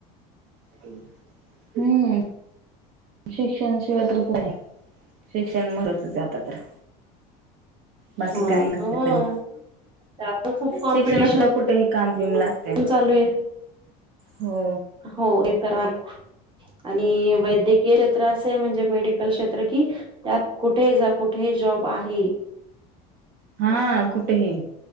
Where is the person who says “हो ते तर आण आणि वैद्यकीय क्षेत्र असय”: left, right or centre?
Right